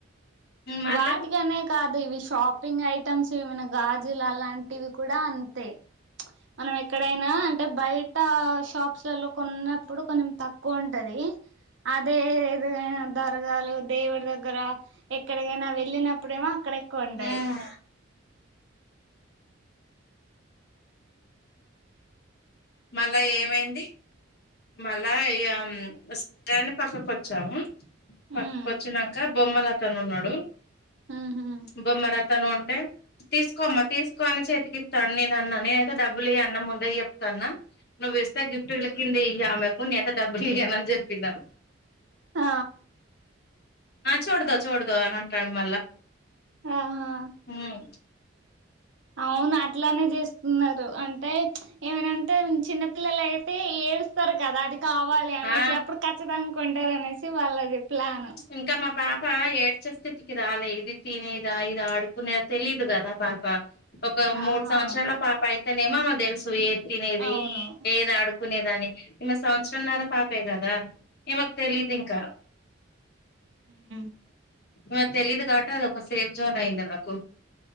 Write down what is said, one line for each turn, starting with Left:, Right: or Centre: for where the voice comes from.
Left: మళ్ళా
Right: వాటికి అనే కాదు ఇవి షాపింగ్ ఐటమ్స్ ఏమైనా గాజులు అలాంటివి కూడా అంతే మనం ఎక్కడైనా అంటే బయట షాప్స్లలో కొన్నప్పుడు కొంచెం తక్కువ ఉంటది అదే ఏదనా దర్గాలు దేవుడి దగ్గర ఎక్కడికైనా వెళ్ళినప్పుడేమో అక్కడ ఎెక్కువ ఉంటయి
Left: ఉమ్ మళ్ళా ఏమైంది మళ్ళా ఇక ఫస్ట్ టైమ్ పక్కకొచ్చాము
Right: హ్మ్.
Left: పక్కకు వచ్చినాక బొమ్మల అతను ఉన్నాడు
Right: ఉహుమ్
Left: బొమ్మలతను ఉంటే తీసుకోమ్మా తీసుకో అని చేతికి ఇత్తండు నేను అన్నా నేనే అయితే డబ్బులు ఇయ్య అన్న ముందే చెప్తాన్న నువ్ ఇస్తా గిఫ్ట్ ల కింద ఇయ్యి ఆమెకు డబ్బులు ఇయ్యనని చెప్పినరు
Right: ఆ
Left: ఆ చోడదా చోడదా అని అంటాడు మళ్ళా
Right: ఆహా
Left: హ్మ్
Right: అవును అట్లానే చేస్తున్నారు అంటే ఏమైనంటే చిన్నపిల్లల అయితే ఏ డుస్తారు కదా అది కావాలి అనేసి
Left: ఆ
Right: అప్పుడు ఖచ్చితంగా కొంటారు అనేసి వాళ్ళది ప్లాను
Left: ఇంకా మా పాప ఏడ్చే స్థితికి రాలే ఇది తినేదా ఇది ఆడుకునేదా తెలీయదు కదా పాప ఒక
Right: ఆహా
Left: మూడు సంవత్సరాల పాప అయితేనేమో ఆమెకు తెలుసు ఏ తినేది
Right: అవును
Left: ఏది ఆడు కునేదాన్ని ఈమె సంవత్సరంన్నర పాపే కదా ఈమెకు తెలీదు ఇంకా
Right: ఉమ్
Left: ఈమెకు తెలీదు కదా అది ఒక సేఫ్ జోన్ అయింది నాకు